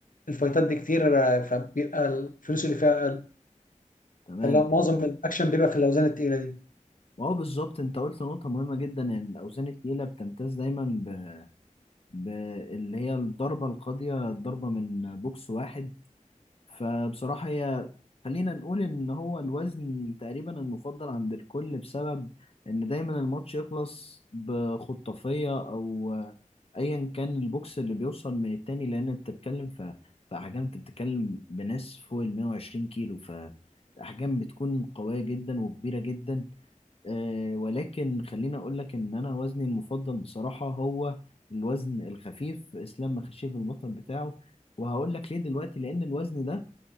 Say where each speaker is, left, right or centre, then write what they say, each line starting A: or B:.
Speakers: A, on the left (about 80°); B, on the left (about 45°).
A: الفايتات دي كتير آه، فبيبقى الفلوس اللي فيها اقل
B: تمام
A: فلا
B: تمام
A: معظم الاكشن بيبقى في الاوزان التقيله دي
B: وهو بالظبط انت قلت نقطة مهمة جدا ان الاوزان التقيلة بتمتاز دايما ب... ب... اللي هي الضربة القاضية الضربة من بوكس واحد فبصراحة هي خلينا نقول إن هو الوزن تقريبا المفضل عند الكل بسبب إن دايما الماتش يخلص بخطافية أو أيا كان البوكس اللي بيوصل من التاني لأن أنت بتتكلم في في أحجام أنت بتتكلم بناس فوق ال 120 كيلو فأحجام بتكون قوية جدا وكبيرة جدا أه ولكن خليني أقول لك إن أنا وزني المفضل بصراحة هو الوزن الخفيف إسلام مخشيف البطل بتاعه وهقول لك ليه دلوقتي لأن الوزن ده